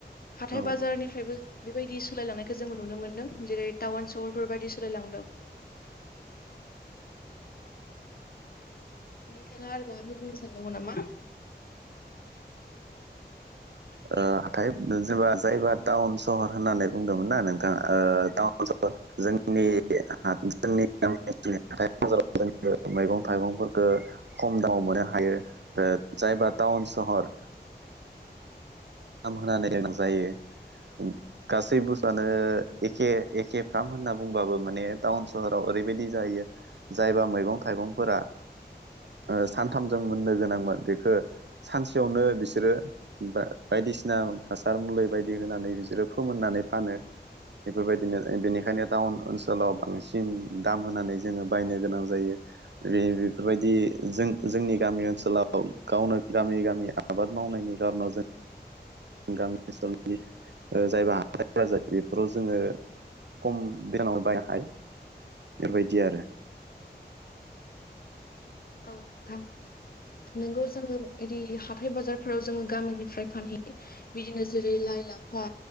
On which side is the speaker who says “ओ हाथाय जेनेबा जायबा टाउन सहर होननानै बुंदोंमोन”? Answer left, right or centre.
Right